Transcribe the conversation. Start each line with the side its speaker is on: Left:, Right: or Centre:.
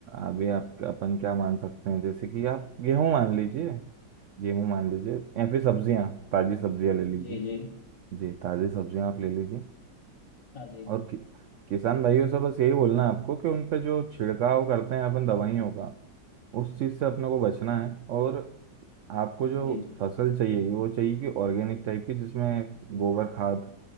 Right: अभी आप अपन क्या मान सकते हैं जैसे कि आप गेहूं मान लीजिए गेहूं मान लीजिए या फिर सब्जियां ताजी सब्जियां ले लीजिए
Left: जी जी
Right: जी ताजी सब्जियां आप ले लीजिए
Left: हाँ जी
Right: और कि, किसान भाइयों से बस यही बोलना है आपको कि उन पे जो छिड़काव करते हैं अपन दवाइयों का उस चीज़ से अपने को बचना है और आपको जो
Left: जी
Right: फसल चाहिए वो चाहिए कि ऑर्गेनिक टाइप की जिसमें गोबर खाद